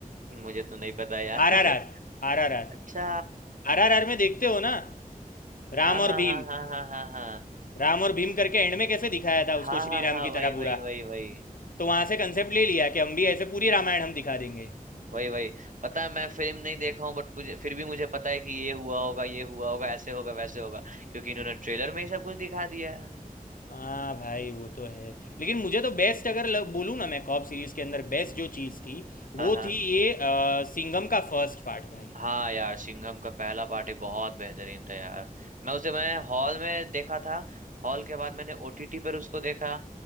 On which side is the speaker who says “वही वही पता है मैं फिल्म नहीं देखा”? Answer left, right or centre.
Right